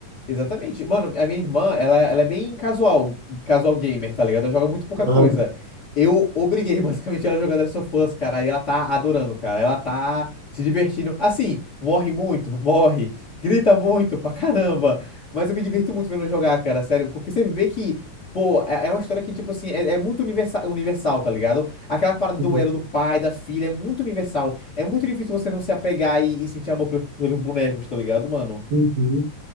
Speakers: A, on the left (about 20°); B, on the right (about 65°).
A: Exatamente. Mano, a minha irmã, ela, ela é bem casual, casual gamer, tá ligado? Ela joga muito pouca coisa.
B: Aham.
A: Eu obriguei <laughs> basicamente ela a jogar Last of Us, cara, e ela tá adorando, cara. Ela tá se divertindo. Assim, morre muito, morre, grita muito pra caramba. Mas eu me divirto muito vendo ela jogar, cara, sério, porque você vê que, pô, é é uma história que, tipo assim, é, é muito universal, universal, tá ligado? Aquela parada
B: Uhum.
A: do elo do pai, da filha, é muito universal. É muito difícil você não se apegar e, e sentir amor pelos, pelos bonecos, tá ligado, mano?
B: Uhum.